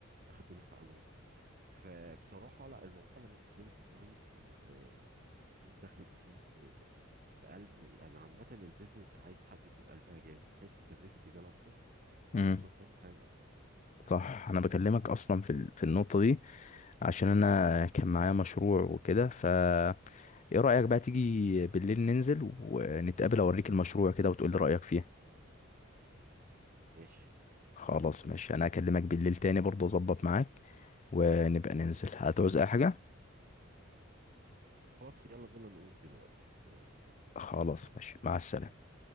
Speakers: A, on the right; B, on the left.
A: اختلف عنهم فبصراحة لا الموضوع لما بيدرس كويس و... وتكون داخل فيه ب... ب... بقلب يعني عامة البيزنس عايز حد يكون قلبها جامد حتة الريسك ده لو خفت
B: امم
A: عمرك ما بتعمل حاجة أصلا
B: صح انا بكلمك اصلا في ال- في النقطه دي عشان انا كان معايا مشروع وكده ف ايه رايك بقى تيجي بالليل ننزل ونتقابل اوريك المشروع كده وتقول لي رايك فيه
A: ماشي
B: خلاص ماشي انا اكلمك بالليل تاني برضه اظبط معاك ونبقى ننزل هتعوز اي حاجه
A: خلاص يلا بينا نقوم دلوقتي يلا سلام
B: خلاص ماشي مع السلامه